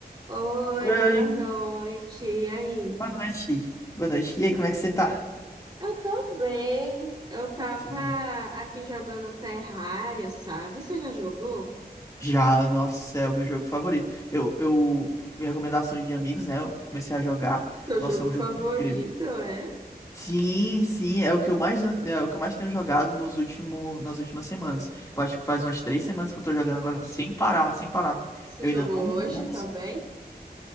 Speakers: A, on the right; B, on the left.
A: Oi,
B: Oi,
A: boa noite. E aí?
B: boa noite. Boa noite. E aí, como é que você tá?
A: Eu tô bem. Eu tava
B: Tudo bem?
A: aqui jogando Terraria, sabe? Você já jogou?
B: Já, nossa, é o meu jogo favorito. Eu, eu fui recomendação de amigos, né? Eu comecei a jogar.
A: Seu
B: Nossa,
A: jogo
B: é um
A: favorito,
B: jogo incrível.
A: é?
B: Sim, sim, é o que eu mais, é o que eu mais tenho jogado nos último, nas últimas semanas. Eu acho que faz umas três semanas que eu tô jogando agora sem parar, sem parar.
A: Você
B: Eu
A: jogou
B: ainda não,
A: hoje
B: não,
A: também?